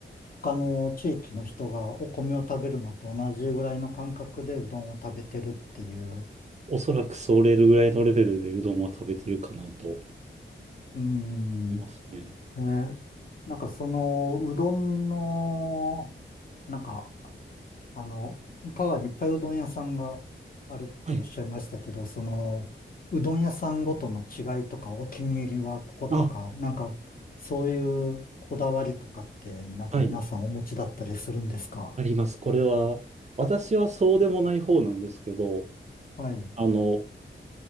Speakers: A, on the left (about 45°); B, on the right (about 35°).
A: 他の地域の人がお米を食べるのと同じぐらいの感覚でうどんを食べてるっていう、
B: おそらくそれぐらいのレベルでうどんは食べてるかなと思
A: うーん、
B: いますね。
A: えーなんかその、うどんの、なんかあの、川にいっぱいうどん屋さんがあるっておっしゃいましたけど、
B: はい。
A: その、うどん屋さんごとの違いとか、お気に入りはこことか、
B: あ、
A: なんか、そういうこだわりとかって、なんか皆さんお持ちだったりするんですか
B: はい。あります。これは、私はそうでもない方なんですけど、
A: はい、
B: あの、